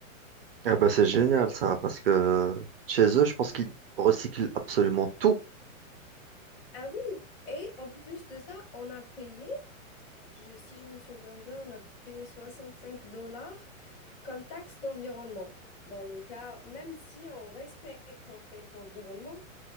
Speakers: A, on the right; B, on the left.
A: ah ben, c'est génial
B: Et-
A: ça, parce que chez eux, je pense qu'ils recyclent absolument tout.
B: ah oui, et en plus de ça, on a payé, je- si je me souviens bien, on a payé 65 dollars comme taxe d'environnement. Dans le cas, même si on respecte en fait l'environnement,